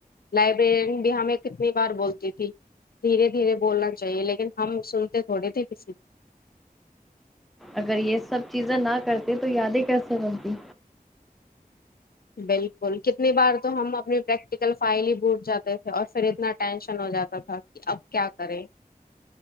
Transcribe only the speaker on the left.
لائبریرین بھی ہمیں کتنی بار بولتی تھی دھیرے دھیرے بولنا چاہیے لیکن ہم سنتے تھوڑے تھے کسی کی
بلکل کتنی بار تو ہم اپنی پریکٹیکل فائل ہی بھٹ جاتے تھے اور فھر اتنا ٹینشن ہو جاتا تھا اب کیا کریں